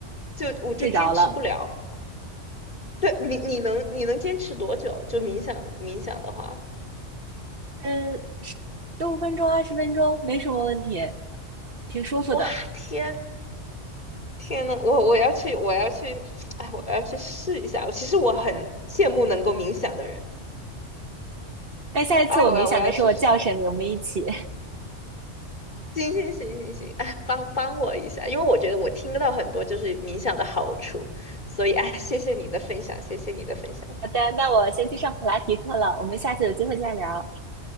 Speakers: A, on the left (about 40°); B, on the right (about 50°).
A: 就我就坚持不了。
B: 睡着了。
A: 对你，你能你能坚持多久？就冥想冥想的话，
B: 嗯，十五分钟、二十分钟没什么问题，挺舒服的。
A: 哇，天天呐，我我要去，我要去，<tsk> 哎，我要去试一下。其实我很羡慕能够冥想的人。
B: 那下一次我冥想的时候，
A: 哎，我要我要去试
B: 我叫醒你，我们一起。<laughs>
A: 行行行行行，哎，帮帮我一下，因为我觉得我听到很多就是冥想的好处，所以哎，谢谢你的分享，谢谢你的分享。
B: 好的，那我先去上普拉提课了，我们下次有机会再聊，